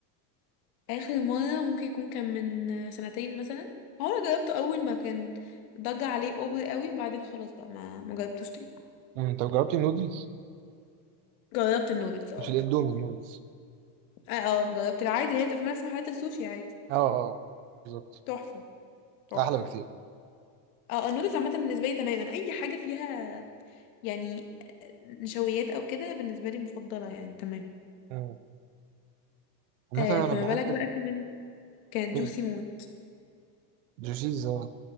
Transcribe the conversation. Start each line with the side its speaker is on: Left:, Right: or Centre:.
Left: اخر مره ممكن يكون كان من آه، سنتين مثلا هو انا جربته اول ما كان ضج عليه اوفر قوي وبعدين خلاص بقى ما ما جربتوش تاني
Right: امم طب جربتي النودلز
Left: جربت النودلز اه
Right: مش الاندومي النودلز
Left: اه آه، جربت العادي اللي هي بتبقى في نفس محلات السوشي عادي
Right: اه اه بالظبط
Left: تحفه تحفه
Right: احلى بكتير
Left: اه النودلز عامة بالنسبة لي تماما أي حاجة فيها يعني نشويات أو كده بالنسبة لي مفضلة يعني تمام
Right: مم. عامة
Left: آه فما
Right: انا بحب
Left: بالك بقى كمان كانت
Right: الشوربة
Left: جوسي موت
Right: الجوشيز اه